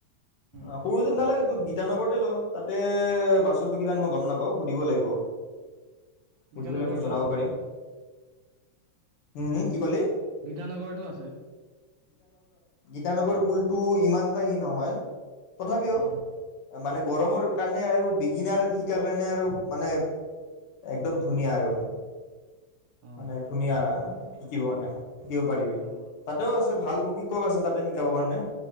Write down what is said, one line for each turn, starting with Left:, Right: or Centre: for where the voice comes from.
Right: উম,
Left: অ' সৰু যে নালাগে তোৰত গীত বিানগৰতে ল তাতে বাছ টোল কিমান মই গম নাপাওঁ। সুধিব লাগিব। সুধি
Right: গীতানগৰতো
Left: পেলই তোক জনাব
Right: আছে
Left: পাৰিম।
Right: তাৰমানে।
Left: ও'ও' কি ক'লি?
Right: গীতানগৰতো আছে।
Left: তেওঁলোকৰ পুলটো ইমান এটা সি নহয়? তথাপিও?
Right: উম,
Left: তাৰ মানে গৰমৰ কাৰণে আৰু বি ইনাৰ শিকাৰ কাৰণে আৰু মানে একদম ধুনীয়া আৰু।
Right: অ',
Left: মানে ধুনীয়া? শিকিব নে? দিব পাৰিবি,
Right: অ',
Left: তাতেও আছে ভাল শিক্ষক আছে তাতে শিকাবৰ কাৰণে।